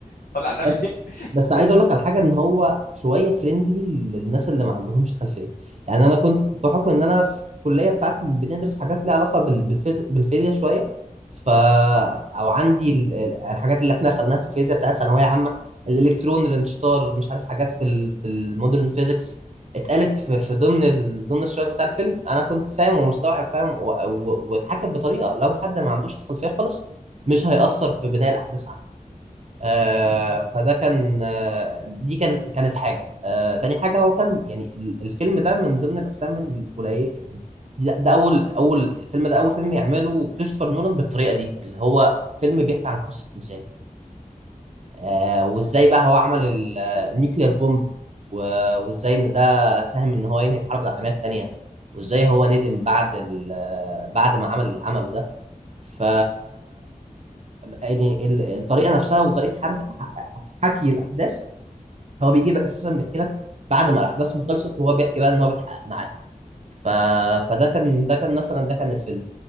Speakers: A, on the left (about 85°); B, on the right (about 50°).
A: صلي على النبي
B: بس
A: <laughs>
B: بس عايز
A: كده
B: اقول لك على حاجه ان هو شويه فريندلي للناس اللي ما عندهمش خلفيه يعني انا كنت بحكم ان انا في الكليه بتاعتي بندرس حاجات ليها علاقه بال- بالفيزياء بالفيزياء شويه ف او عندي ال- ال- الحاجات اللي احنا اخدناها في الفيزياء بتاعت ثانويه عامه الالكترون الانشطار مش عارف حاجات في ال... في المودرن فيزيكس اتقالت في, في ضمن ال... ضمن السياق بتاع الفيلم انا كنت فاهم ومستوعب فاهم و... و... واتحكت بطريقه لو حد ما عندوش الخلفيه خالص مش هيأثر في بناء الاحداث آه فده كان آه دي كان كانت حاجة آه تاني حاجة هو كان يعني ال- الفيلم ده من ضمن الأفلام القليلة يعني ده, ده أول أول الفيلم ده أول فيلم يعمله كريستوفر نولان بالطريقة دي اللي هو فيلم بيحكي عن قصة إنسان آه وإزاي بقى هو عمل النيوكلير بومب و- وإزاي إن ده ساهم إن هو ينهي الحرب العالمية التانية وإزاي هو ندم بعد ال- آه، بعد ما عمل اللي عمله ده ف يعني ال- الطريقه نفسها وطريقه حرك ح- حكي الاحداث هو بيجيبك اساسا بيحكي لك بعد ما الاحداث ما خلصت وهو بيحكي بقى ان هو بيتحقق معاه ف... فده كان ده كان مثلا ده كان الفيلم